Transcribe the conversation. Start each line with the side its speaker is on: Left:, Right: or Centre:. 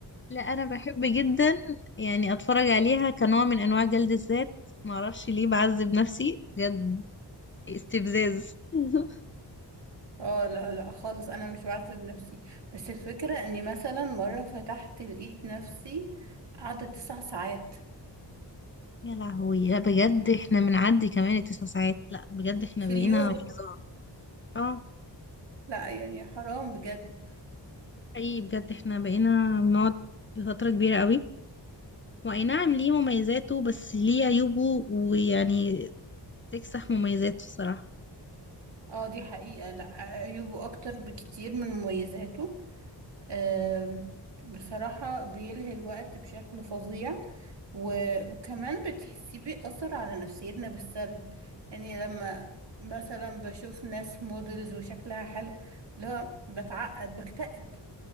Left: لا انا بحب جدا يعني اتفرج عليها كنوع من انواع جلد الذات معرفش ليه بعذب نفسي بجد استفزاز <laughs>
Right: <laughs> اه لا لا خالص انا مش بعذب نفسي بس الفكره اني مثلا مره فتحت لقيت نفسي قاعده تسع ساعات
Left: يا لهوي لا بجد احنا بنعدي كمان التسع ساعات لا بجد احنا
Right: في
Left: بقينا
Right: اليوم
Left: فظاع اه
Right: لا يعني حرام بجد
Left: اي بجد احنا بقينا بنقعد فترة كبيرة قوي واي نعم ليه مميزاته بس ليه عيوبه ويعني تكسح مميزاته الصراحة
Right: اه دي حقيقة لا عيوبه اكتر بكتير من مميزاته آم، بصراحة بيلهي الوقت بشكل فظيع و- وكمان بتحسيه بيأثر على نفسيتنا بالسلب يعني لما مثلا بشوف ناس موديلز وشكلها حلو اللي هو بتعقد بكتئب